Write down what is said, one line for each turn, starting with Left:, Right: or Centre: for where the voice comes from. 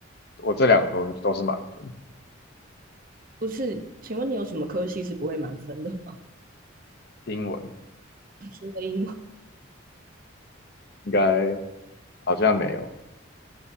Left: 我这两个都是都是满分。
Right: 不是，请问你有什么科系是不会满分的吗？
Left: 英文
Right: <laughs> 英
Left: 应该好像没有